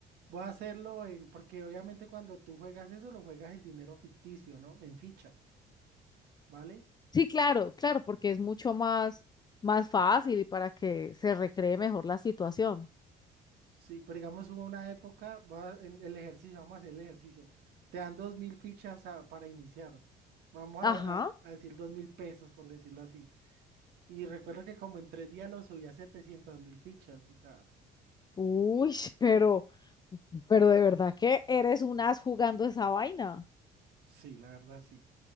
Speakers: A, on the right; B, on the left.
A: Voy a hacerlo en, porque obviamente cuando tú juegas eso, lo juegas en dinero ficticio, ¿no? En fichas, ¿vale?
B: Sí, claro, claro, porque es mucho más, más fácil y para que se recree mejor la situación.
A: Sí, pero digamos hubo una época, va en el ejercicio, vamos a hacer el ejercicio. Te dan dos mil fichas a- para iniciar. Vamos a,
B: Ajá.
A: a- a decir dos mil pesos, por decirlo así. Y recuerdo que como en tres días lo subí a 700 mil fichas, o sea,
B: Uy, <laughs> pero, pero de verdad que eres un as jugando esa vaina.
A: sí, la verdad sí.